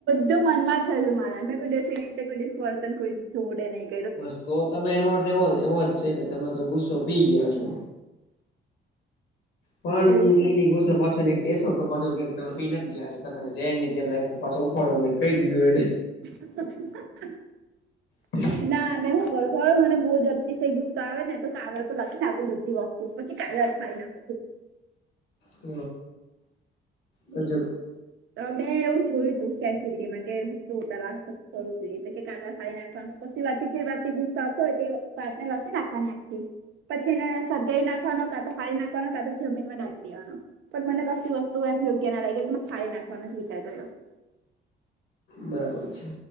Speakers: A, on the right (about 75°); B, on the left (about 80°).
A: બધુ મનમાં જ થયુ હોય મારા મે કોઈ દીવસે એવી રીતે કોઈ દિવસ વર્તન કોઈ જોડે નહી.
B: બસ તો તમે એનો અર્થ એવો જ છે કે તમે તો ગુસ્સો પી ગયા છો. પણ
A: એવું છે
B: એની ગુસ્સા પાછળની કેસો તો પાછો કહે કે તમે પી નથી ગયા તમે એને જૈનની જેમ રાખ્યો અને પાછો ઉફાળો મારી કહી દીધુ એને
A: <inaudible>
B: તે <inaudible>
A: ના ને હું કરુ ખબર મને બહુ જ અતિશય ગુસ્સો આવે ને તો કાગળ પર લખી નાખું બધી વસ્તુ પછી કાગળ થાય ના
B: હ બજ
A: તો મેં એવું જોયું તું સેચટીમાં કેતારું જોઈએ કાદર ખાડી નાખવાનું પછી વાથી જે વાતથી ગુસ્સો આવતો હોય તે વાતને લખી નાખવાની આખી. પછી એને સળગાઈ નાખવાનો કા તો ફાળી નાખવાનો કા તો જમીન માં દાટી દેવાનો પણ મને કશુ વસ્તુ એમ યોગ્ય ના લાયગી મને ફાળી નાખવાનો જ વિચાર કર્યો
B: બરાબર છે